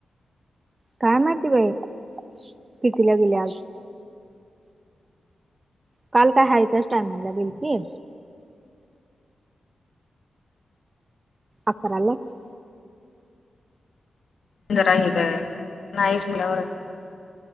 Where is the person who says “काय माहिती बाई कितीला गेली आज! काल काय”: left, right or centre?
Right